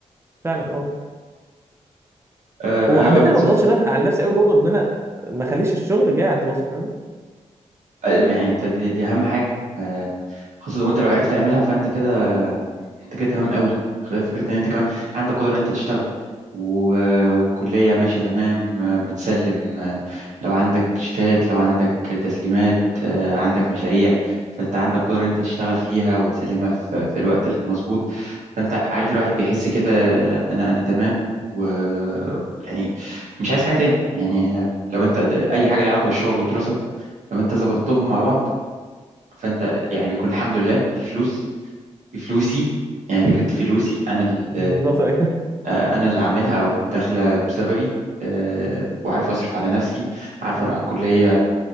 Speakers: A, on the right (about 20°); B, on the right (about 75°).
A: فعلا اه
B: آه،
A: وحبيت
B: أنا بقى بالنسبة
A: انا ما اضغطش
B: لي
A: نا- على نفسي قوي برضه ان انا ما اخليش الشغل جاي على الدراسه فاهم
B: آه، يعني أنت دي, دي أهم حاجة آه، خاصة وأنت لو عرفت تعملها فأنت كده انت كده تمام قوي خ- فكره ان انت كمان عندك قدره ان انت تشتغل و... والكليه ماشيه تمام آه، بتسلم آه، لو عندك شتات لو عندك تسليمات آه، عندك مشاريع فانت عندك قدره ان انت تشتغل فيها وتسلمها في, في الوقت المظبوط فانت عارف الواحد بيحس كده آه، انا انا تمام و يعني مش عايز حاجه تاني يعني آه، لو انت اي حاجه ليها علاقه بالشغل والدراسه لو انت ظبطتهم مع بعض فانت يعني بيكون الحمد لله في فلوس بفلوسي يعني فكرة فلوسي أنا اللي
A: بالظبط ايه <laughs>
B: أنا اللي عاملها أو داخلة بسببي آه، وعارف أصرف على نفسي عارف أروح الكلية